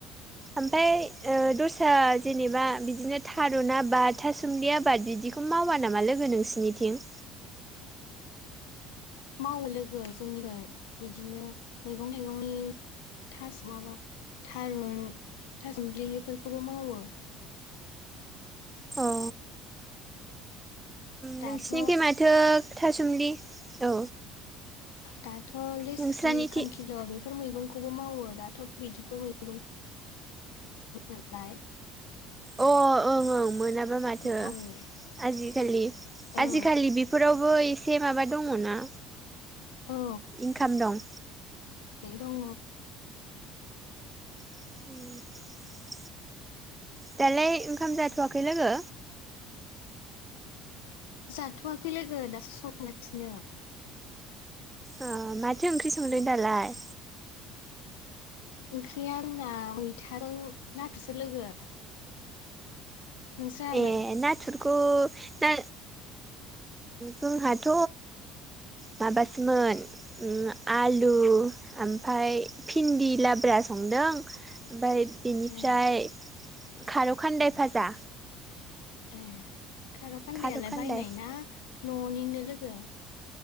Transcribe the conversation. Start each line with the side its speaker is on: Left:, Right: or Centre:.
Right: ओमफ्राय दस्रा जेनेबा बिदिनो थारुन आबाद थासुमलि आबाद बिदि बिदिखौ मावा नामा लोगो नोंसिनिथिं
Left: <inaudible> मावो लोगो जोंनिफ्राय बिदिनो मैगं थाइगंनि थास माबा थारुन थासमलि बेफोरखौबो मावो
Right: औ
Left: दाथ'
Right: नोंसोरनिखै माथो थासुमदलि औ
Left: दाथ लेस्रि
Right: नोंस्रानिथि
Left: खांखिल बेफोर मैगंखौबो मावो दाथ बिदिफोर मैगं नालाय
Right: अ ओं ओं मोनाब मा माथो
Left: मावो
Right: आजिखालि
Left: औ
Right: बेफोरावबो एसे माबा दङना
Left: औ
Right: इनखाम दं
Left: दङ
Right: उम दालाय ओंखाम जाथवाखै लोगो
Left: जाथवाखै लोगो दासो संगासिनो
Right: अ माथो ओंख्रि संदों दालाय
Left: ओंख्रिया आंना मैथाजों नाथुरसो लोगो नोंस्रालाय
Right: ए नाथुरखौ ना जोंहाथ माबासोमोन आलु ओमफ्राय भिन्दि लाब्रा संदों ओमफ्राय बेनिफ्राय
Left: ए
Right: खारौ खान्दाय फाजा
Left: ए खारखान्दायालाय
Right: खारौ खान्दाय
Left: बायनाय ना न'निनो लोगो